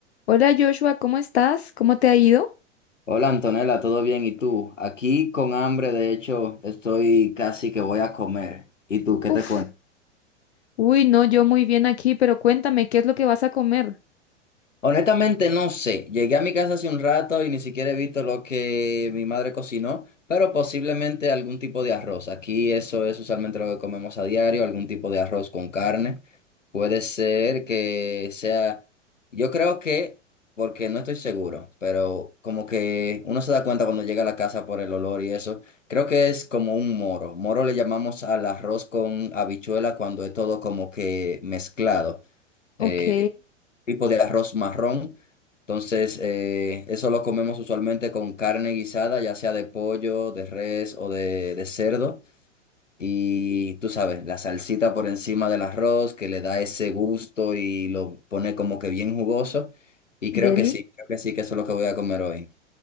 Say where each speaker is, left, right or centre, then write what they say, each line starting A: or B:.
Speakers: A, on the left; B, on the left.
A: Hola Joshua, ¿cómo estás? ¿Cómo te ha ido?
B: Hola Antonella, ¿todo bien? ¿Y tú? Aquí con hambre, de hecho, estoy casi que voy a comer. ¿Y tú qué
A: Uf,
B: te cuentas?
A: uy, no, yo muy bien aquí, pero cuéntame, ¿qué es lo que vas a comer?
B: Honestamente no sé, llegué a mi casa hace un rato y ni siquiera he visto lo que mi madre cocinó, pero posiblemente algún tipo de arroz. Aquí eso es usualmente lo que comemos a diario, algún tipo de arroz con carne. Puede ser que sea, yo creo que, porque no estoy seguro, pero como que uno se da cuenta cuando llega a la casa por el olor y eso, creo que es como un moro. Moro le llamamos al arroz con habichuela cuando es todo como que mezclado
A: Ok,
B: eh, tipo de arroz marrón. Entonces, eh, eso lo comemos usualmente con carne guisada, ya sea de pollo, de res o de, de cerdo. Y tú sabes, la salsita por encima del arroz que le da ese gusto y lo pone como que bien jugoso. Y creo
A: Deli.
B: que sí, creo que sí, que eso es lo que voy a comer hoy.